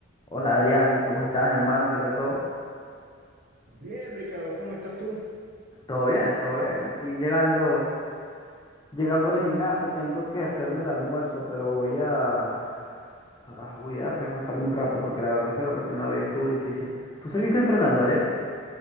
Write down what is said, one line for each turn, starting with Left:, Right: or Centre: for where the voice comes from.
Left: Hola Adrián, ¿cómo estás, hermano? ¿Qué tal todo?
Right: Bien, Ricardo, ¿cómo estás tú?
Left: Todo bien, todo bien. Aquí llegando, llegando al gimnasio, tengo que hacerme el almuerzo, pero voy a, ah, voy a recostarme un rato porque la verdad es que la rutina de hoy estuvo difícil. ¿Tú seguiste entrenando, Adrián?